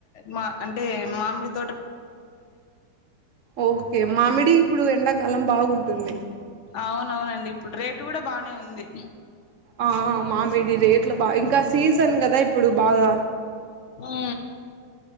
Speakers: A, on the left; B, on the right.
A: మా అంటే మామిృతి
B: ఓకే మామిడి ఇప్పుడు ఎండాకాలం బాగుంటుంది
A: అవునవునండి ఇప్పుడు రేటు కూడా బానే ఉంది
B: ఆ మామిడి రేట్లు బాగా ఇంకా సీజన్ కదా ఇప్పుడు బాగా
A: ఆ